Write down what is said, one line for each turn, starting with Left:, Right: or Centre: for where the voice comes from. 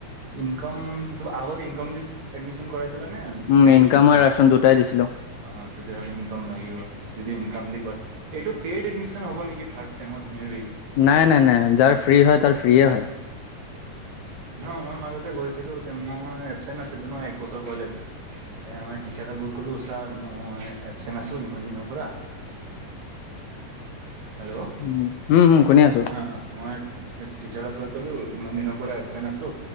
Right: ইনকামটো আগত ইনকামটোৰে এডমিছন কৰাই ছিলানে
Left: উম
Right: ফ্ৰিট
Left: ইনকাম
Right: এডমিছন
Left: আৰু
Right: হৈছে
Left: ৰাচন দুটাই দিছিলো
Right: অ? অ তেতিয়াহ'লে ইনকাম লাগিব, যদি ইনকাম দি কৰে। এইটো পেইড এডমিশন হব নেকি থাৰ্ড চেমত মে বি?
Left: নাই নাই নাই যাৰ ফ্ৰী হয় তাৰ ফ্ৰীয়ে হয়।
Right: ন মই মাজতে গৈছিলো, তে মই এবচেণ্ট নাছিলো ন এক বছৰ গলে। তে মই টিচাৰক গৈ ক'লো, ছাৰ মই এবচেণ্ট আছো ইমান দিনৰ পৰা হেল্ল'?
Left: উম হুম হুম, শুনি আছো
Right: অ মই হেড টীচ্ছাৰক গৈ কলো ইমান দিনৰ পৰা এবচেন আছো